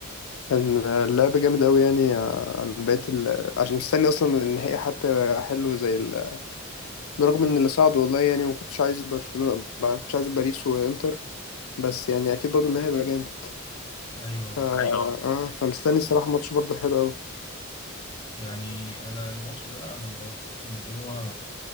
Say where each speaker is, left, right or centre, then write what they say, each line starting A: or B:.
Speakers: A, on the left (about 75°); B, on the left (about 20°).
A: كان آه، اللعب جامد أوي يعني آه، عن بقية ال... عشان مستني أصلا النهائي حتى حلو زي ال... برغم إن اللي صعد والله يعني ما كنتش عايز برشلونة ما كنتش عايز باريس وانتر بس يعني أكيد برضه النهائي هيبقى جامد
B: ايوه
A: ف
B: والله
A: آه فمستني الصراحة ماتش برضه حلو أوي
B: يعني انا الماتش ده انا بشوف ان هو